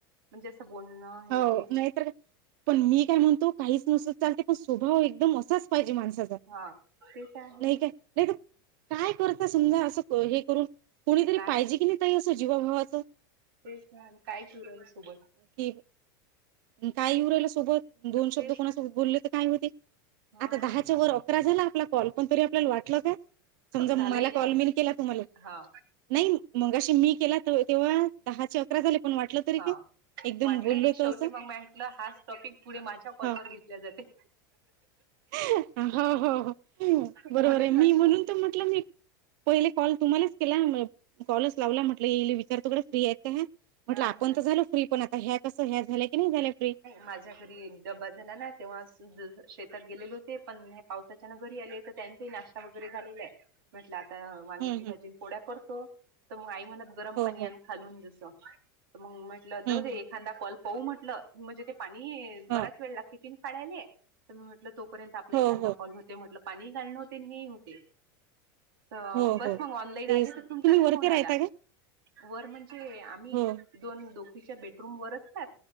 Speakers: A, on the right (about 85°); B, on the right (about 65°).
A: म्हणजे असं बोलणं हे
B: हो
A: ते
B: नाही तरर पण मी काय म्हणतो काहीच नसत चालते पण स्वभाव एकदम असाच पाहिजे माणसाचा
A: हा तेच आहे
B: नाही काय नाही तर काय करता समजा अस हे करून कोणीतरी
A: काय
B: पाहिजे की नाही ताई असं जीवाभावाचं.
A: तेच ना आणि काय शिवरा सोबत.
B: <unintelligible> काय येऊ राला सोबत दोन शब्द
A: तेच
B: कोणासोबत बोलले तर काय होते
A: हा
B: आता दहाच्या वर पंधरा झाला आपला कॉल पण तरी आपल्याला वाटलं का समजा
A: झालंय
B: मला
A: काय
B: कॉल मी केला तुम्हाले
A: हा
B: नाही मगाशी मी केला तर तेव्हा दहाचे अकरा झाले पण वाटलं तरी
A: हा
B: ते एकदम
A: वाटलंही
B: बोललो
A: नाही
B: होत
A: शेवटी
B: असं.
A: मग म्हटलं हाच टॉपिक पुढे माझ्या कॉलवर
B: हा
A: घेतल्या जाते.
B: हो हो हो. बरोबर
A: म्हणून
B: आहे मी
A: म्हटलं
B: म्हणून तर म्हटलं मी पहिले कॉल तुम्हालेच केला कॉलच लावला म्हटलं विचारतो बर फ्री आहेत का ह्या म्हटलं
A: हा
B: आपण
A: ना
B: तर झालं फ्री पण आ ह्या कस ह्या झाल्या की नाही झाल.
A: माझ्या घरी डबा झाला ना तेव्हा शेतात गेलेले होते पण हे पाऊस त्याच्यान घरी आले तर त्यांचा नाश्ता वगैरे झालेला आहे. म्हटलं आता वांग्याची
B: हम्म
A: भाजी
B: हम्
A: पोळ्या करतो तर मग आई म्हणत गरम
B: हो
A: पानी
B: हो
A: आनु खालून जस तर मग म्हटलं जाऊ
B: हम्म
A: दे
B: हम्
A: एखादा कॉल पाहू म्हटलं म्हणजे ते पाणी बराच
B: ह
A: वेळ लागते किन काडायला तर म म्हटलं तोपर्यंत आपला एखादा
B: हो हो हो
A: कॉल होत ते म्हटलं पाणी घालणं होते आणि हे ही होते. तर
B: हो
A: बस
B: हो
A: मग ऑनलाईन
B: तेच
A: आली तर
B: ना.
A: तुमचाच
B: तुम्ही वरती
A: फोन
B: राहता
A: आला.
B: का
A: वर म्हणजे आम्ही
B: हो
A: दोन दोपीच्या बेडरूम वर असतात.